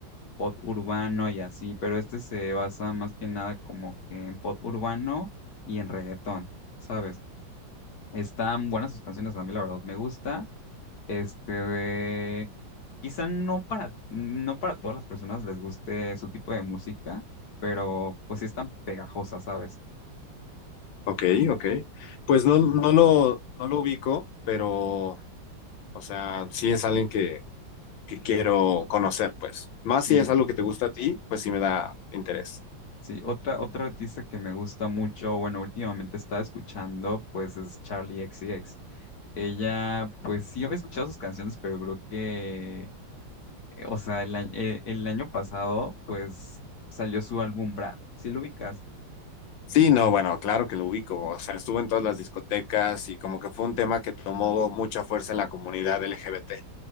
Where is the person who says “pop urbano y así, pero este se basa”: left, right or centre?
Left